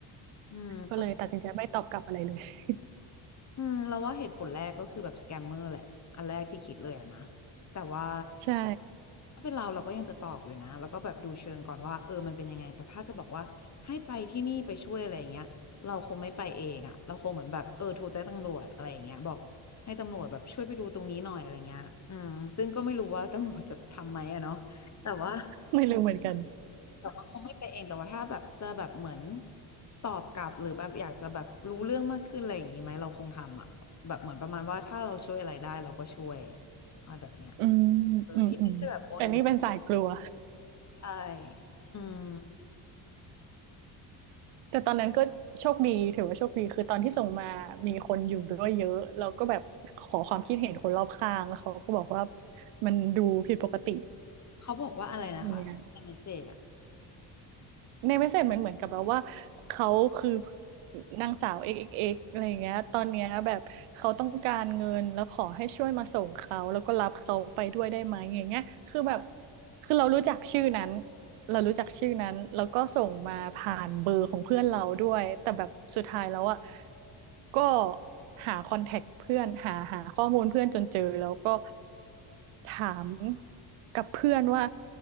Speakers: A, on the left; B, on the right.
A: อืมเข้า
B: ก็เลยตัดสินใจไม่ตอบกลับอะไรเลย
A: อืมเราว่าเหตุผลแรกก็คือแบบสแกมเมอร์แหละอันแรกที่คิดเลยอะนะแต่ว่า
B: <laughs> ใช่
A: ถ้าเป็นเราเราก็ยังจะตอบอยู่นะแล้วก็แบบดูเชิงก่อนว่าเออมันเป็นยังไงแต่ถ้าจะบอกว่าให้ไปที่นี่ไปช่วยอะไรอย่างเงี้ยเราคงไม่ไปเองอะเราคงเหมือนแบบเออโทรแจ้งตำรวจอะไรอย่างเงี้ยบอกให้ตำรวจแบบช่วยไปดูตรงนี้หน่อยอะไรเงี้ยอืมซึ่งก็ไม่รู้ว่าตำรวจจะทำไหมอะเนาะแต่ว่า
B: <laughs> ไม่รู้เหมือนกัน
A: แต่ว่าคงไม่ไปเองแต่ว่าถ้าแบบเจอแบบเหมือนตอบกลับหรือแบบอยากจะแบบรู้เรื่องมากขึ้นอะไรอย่างงี้ไหมเราคงทำอ่ะแบบเหมือนประมาณว่าถ้าเราช่วยอะไรได้เราก็ช่วยอะไรแบบเนี้ย
B: อืม
A: เออที่ไม่ใช่แบบโอนเงิน
B: อืมอืมแต่นี่เป็นสายกลัว
A: ใช่อืม
B: แต่ตอนนั้นก็โชคดีถือว่าโชคดีคือตอนที่ส่งมามีคนอยู่ด้วยเยอะแล้วก็แบบขอความคิดเห็นคนรอบข้างแล้วเขาก็บอกว่ามันดูผิดปกติ
A: เขาบอกว่าอะไรนะคะเมสเซจอ่ะ
B: เนี่ยในเมสเซจมันเหมือนกับแบบว่าเขาคือนางสาว xxx อกซ์เอ็กซ์เอ็กซ์อะไรอย่างเงี้ยตอนเนี้ยแบบเขาต้องการเงินแล้วขอให้ช่วยมาส่งเขาแล้วก็รับเขาไปด้วยได้ไหมอย่างเงี้ยคือแบบ คือเรารู้จักชื่อนั้นเรารู้จักชื่อนั้นแล้วก็ส่งมาผ่านเบอร์ของเพื่อนเราด้วยแต่แบบสุดท้ายแล้วอ่ะก็หาคอนแทคเพื่อนหาหาข้อมูลเพื่อนจนเจอแล้วก็ถามกับเพื่อนว่า